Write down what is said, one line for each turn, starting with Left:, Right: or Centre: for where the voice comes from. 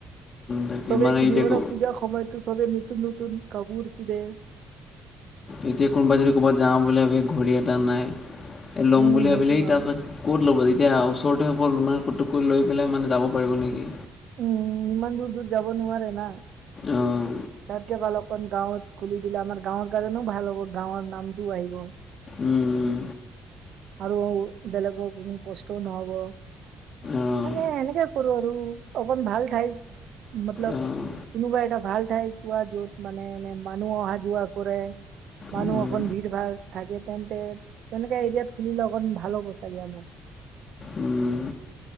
Left: তাকে
Right: চবেই
Left: মানে
Right: কিনি
Left: এতিয়া
Right: মান
Left: ক
Right: পূজাৰ সময়তো চবেই নতুন নতুন কাপোৰ কিনে।
Left: এতিয়া কোনোবাই যদি ক'ৰবাত যাওঁ বুলি ভাবি ঘড়ী এটা নাই, ল'ম
Right: উম
Left: বুলি
Right: সেইটো
Left: ভাবিলেই
Right: হয়
Left: তাত। ক'ত ল'ব, যেতিয়া ওচৰতে হ'ব মানে পতটুকৈ লৈ পেলাই মানে যাব পাৰিব নেকি?
Right: উম উম ইমান দূৰ দূৰ যাব নোৱাৰে না।
Left: অঁ
Right: তাতকে ভাল ক অকন গাঁৱত খুলি দিলে আমাৰ গাঁৱৰ কাৰণেও ভাল হ'ব গাঁৱৰ নামটোও আহিব।
Left: উম
Right: আৰু বেলেগৰ কষ্টও নহ'ব।
Left: অঁ
Right: মানে এনেকে কৰো আৰু অকন ভাল ঠাইছ মতলব।
Left: অঁ
Right: কোনোবা এটা ভাল ঠাইছ চোৱা য'ত মানে এনে মানুহ অহা যোৱা কৰে। মানুহ
Left: উম
Right: অকন ভিৰ ভাৰ থাকে তেন্তে তেনেকা এৰিয়াত খুলিলে অকন ভাল হ'ব চাগে আমাৰ।
Left: উম